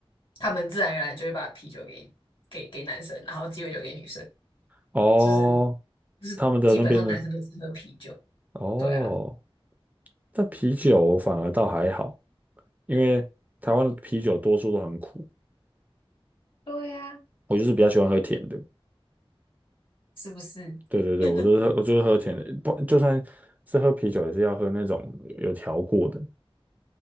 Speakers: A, on the left; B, on the right.
A: 他们自然而然就会把啤酒给给给男生，然后鸡尾酒给女生，
B: 哦，
A: 就是就是基本上男生都只喝啤酒，
B: 他们的那边呢？哦，
A: 对啊，
B: 但啤酒反而倒还好，因为台湾的啤酒多数都很苦，
A: 对呀、
B: 我就是比较喜欢喝甜的。
A: 是不是？
B: 对对对，
A: <laughs>
B: 我就是喝，我就是喝甜的，不，就算是喝啤酒也是要喝那种有调过的。